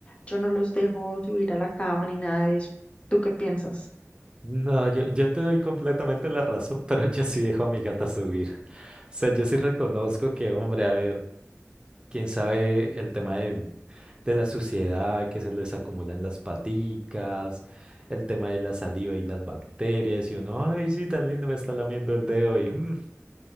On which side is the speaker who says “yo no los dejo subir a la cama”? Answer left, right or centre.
Left